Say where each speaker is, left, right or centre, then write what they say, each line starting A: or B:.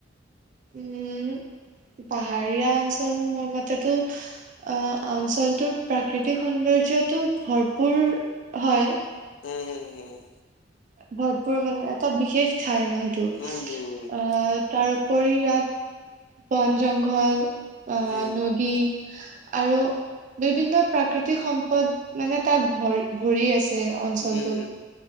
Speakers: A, on the right; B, on the left.
A: উম পাহাৰীয়া অঞ্চল মোৰ মতেতো
B: <inaudible>
A: অ' অঞ্চলটোৰ প্ৰাকৃতিক সৌন্দৰ্যটো ভৰপূৰ হয়।
B: উম' হুম-হুম।
A: ভৰপুৰ মানে এটা বিশেষ ঠাই ন সটো
B: উম, উম। উম, উম,
A: অ' তাৰ উপৰি ইয়াত বন, জংঘল আ
B: উম।
A: নদী আৰু বিভিন্ন প্ৰাকৃতিক সম্পদ মানে তাত ভৰি, ভৰি আছে। অঞ্চলটোত।
B: উম'